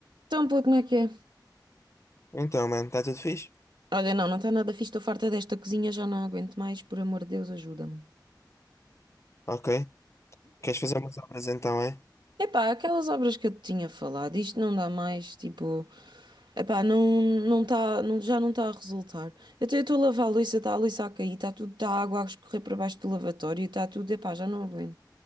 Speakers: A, on the right (about 80°); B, on the left (about 40°).
A: Então, puto, como é que é?
B: Então, mano, está tudo fixe?
A: Olha, não, não está nada fixe, estou farta desta cozinha, já não aguento mais, por amor de Deus, ajuda-me.
B: Ok. Queres fazer umas obras então, é?
A: Epá, aquelas obras que eu te tinha falado, isto não dá mais, tipo, epá, não, não tá, não, já não está a resultar. Até eu estou a lavar a louça, está a louça a cair, está tudo, está a água a escorrer para baixo do lavatório, está tudo, epá, já não aguento.